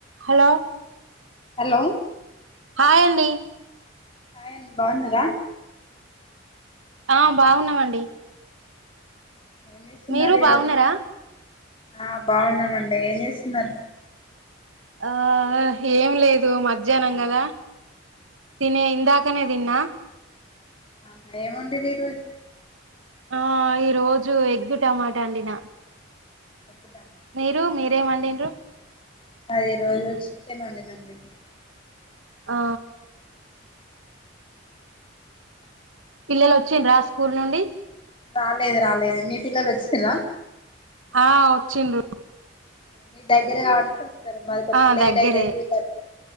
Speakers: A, on the right; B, on the left.
A: Hello
B: hello
A: hi అండి
B: hi అండి బాగున్నారా
A: ఆ బాగున్నామండి
B: ఏం చేస్తున్నారు
A: మీరు
B: ఈరోజు
A: బావున్నారా
B: ఆ బాగున్నానండి ఏం చేస్తున్నారు
A: ఆ ఏం లేదు మధ్యాహ్నం కధ తినే ఇందా కొన్ని తిన్నా
B: ఆహా ఏం వండిరి ఈ రోజు
A: ఆ ఈ రోజు ఎగ్గు టమాటా అండి నా
B: ఎక్కుత
A: మీరు మీరేం వండిండ్రు
B: అది ఈ రోజు చికెన్ వండినన్ నేను
A: ఆ పిల్లలు వచ్చిండ రా స్కూల్ నుండి
B: రాలేదు రాలేదు మీ పిల్లలు వచ్చలా
A: ఆ వచ్చిండు
B: మీ దగ్గర కాబట్క వస్తారు మారి కొంచెం
A: ఆ
B: లేట్
A: దగ్గరే
B: అయితుంది టూ థర్టీ